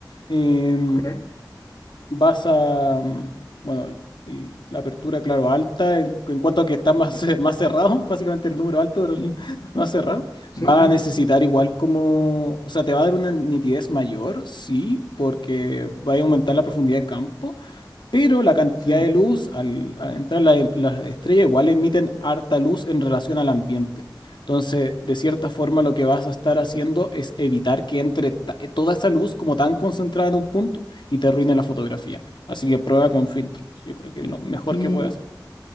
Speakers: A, on the left; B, on the left.
A: em,
B: ok.
A: vas a, mm, bueno, el- la apertura, claro, alta, en, en cuanto a que está más, <laughs> ce- más cerrado, <laughs> básicamente el número alto, pero el <laughs> más cerrado,
B: Sí,
A: va
B: sí,
A: a necesitar igual como, o sea, te va a dar una nitidez mayor, sí, porque va a aumentar la profundidad de campo. Pero la cantidad
B: sí.
A: de luz, al, al entrar la- las estrellas, igual emiten harta luz en relación al ambiente. Entonces, de cierta forma, lo que vas a estar haciendo es evitar que entre ta- eh, toda esa luz como tan concentrada en un punto y te arruine la fotografía. Así que prueba con filtros. Yo creo que es lo mejor
B: ok.
A: que puede hacer.